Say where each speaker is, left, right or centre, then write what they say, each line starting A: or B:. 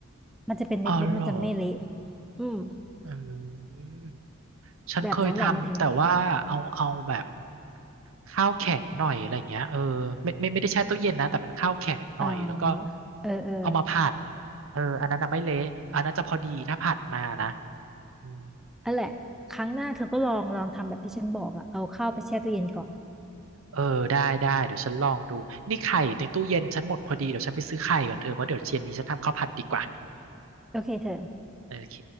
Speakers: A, in the centre; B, on the right (about 70°).
A: มันจะเป็นเม็ดเม็ดมันจะไม่เละ
B: อ๋อเหรอ
A: อืม
B: อืมฉันเคยทำแต่ว่าเอาเอาแบบ
A: แบบนั้นแหละมันถึง
B: ข้าวแข็งหน่อยอะไรเงี้ยเออไม่ไม่ไม่ได้แช่ตู้เย็นนะแต่เป็นข้าวแข็งหน่อยแล้วก็
A: เอ่อเออเออ
B: เอามาผัดเอออันนั้นน่ะไม่เละอันนั้นจะพอดีถ้าผัดมานะอืม
A: อันแหละครั้งหน้าเธอก็ลองลองทำแบบที่ฉันบอกอ่ะเอาข้าวไปแช่ตู้เย็นก่อน
B: เออได้ได้เดี๋ยวฉันลองดูนี่ไข่ในตู้เย็นฉันหมดพอดีเดี๋ยวฉันไปซื้อไข่ก่อนเธอเพราะเดี๋ยวเย็นนี้ฉันทำข้าวผัดดีกว่า
A: โอเคเธอ
B: โอเค